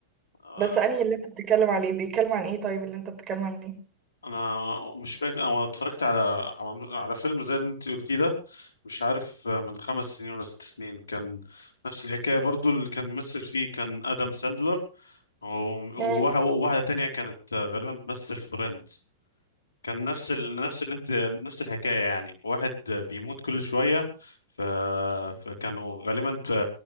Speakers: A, on the left; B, on the right.
A: آه،
B: بس انهي اللي انت بتتكلم عليه بيتكلم عن ايه طيب اللي انت بتتكلم عليه
A: انا مش فاكر انا اتفرجت على على على فيلم زي اللي انت قلتيه ده مش عارف آه، من خمس سنين ولا ست سنين كان نفس الحكايه برضو اللي كان بيمثل فيه كان ادم ساندلر و-
B: مم.
A: وواحد- وواحده تانية كانت آه، غالبا بتمثل فريند كان نفس ال... نفس اللي انت نفس الحكايه يعني واحد بيموت كل شويه ف... فكانوا غالبا في...